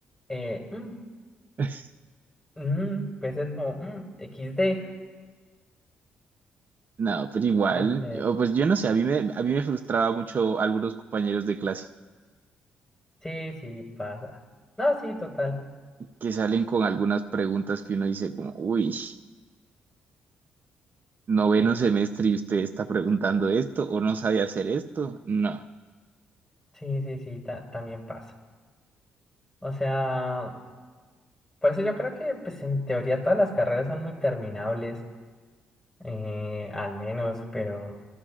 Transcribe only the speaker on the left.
eh, mm,
mm, pues es como mm, XD.
Entonces,
Sí, sí, pasa. No, sí, total.
Sí,
sí, sí, sí, ta- también pasa. O sea, por eso yo creo que, pues, en teoría todas las carreras son muy terminables, eh, al menos, pero,